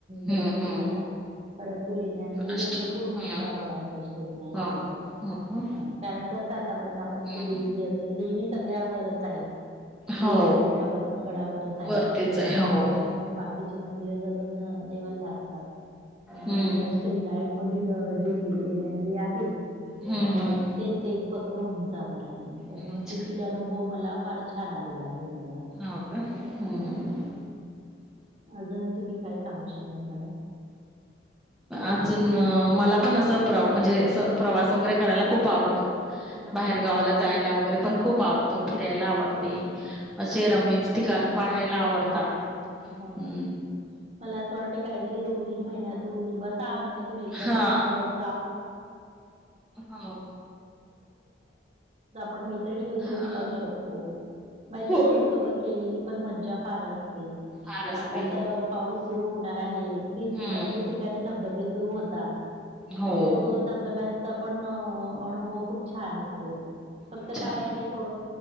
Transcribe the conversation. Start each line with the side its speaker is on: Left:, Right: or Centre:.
Centre: हम्म
Right: जमीन
Centre: हम्म.
Right: हल्ला परंतु लेण्या हे
Centre: पुनष्ट
Right: भरपूर उंचावर
Centre: हम्म
Right: आहे अष्टविनायक
Centre: हो.
Right: एकच
Centre: हं.
Right: कारण कसं आतापर्यंत आपण असं
Centre: हम्म
Right: देवी असेल देवी सगळ्यावररच आहेत
Centre: हो
Right: देवी सगळ्या गडावरच आहेत
Centre: वरतीच
Right: तर त्याच्यामुळे
Centre: आहे हो.
Right: बाकीची मंदिर जमीन देवा असतात प म
Centre: हम्म
Right: विनायक मधील जे लेण्याद्री आहे
Centre: हम्म
Right: अ तेच एक फक्त उंचावर आहे पण
Centre: हम्म
Right: मग
Centre: अच्छा
Right: तेथील अनुभव मला फार छान आलेला आहे माझा
Centre: हो का हम्म
Right: अजून तुम्ही काय सांगू शकणार मॅडम <inaudible>
Centre: अजून मला पण असं प्र म्हणजे प्रवास वगैरे करायला खूप आवडतो
Right: ह
Centre: बाहेरगावाला
Right: ना
Centre: जायला वगैरे पण खूप आवडतो फिरायला आवडते असे रममी ठिकाण पाहायला आवडतात
Right: बघायला हो ना
Centre: हम्म
Right: मला असं वाटते काहीतरी दोन तीन महिन्यातून किंवा सहा महिन्यातून एकदा
Centre: हा
Right: तरी आपण अस
Centre: हो
Right: क मैत्रिणी मैत्रिणी
Centre: हा
Right: जाऊ शकतो मैत्रिणी
Centre: हो
Right: सोबत केलेली पण मज्जा फार असते
Centre: फार असते
Right: आता
Centre: हो
Right: तर पाऊस सुरु होणार आहे की
Centre: हम्म
Right: ती भरपूर ठ धबधबे सुरू होतात
Centre: हो
Right: मग तो धबध पण अनुभव खूप छान असतो फक्त
Centre: अच्छा
Right: काय आहे थोड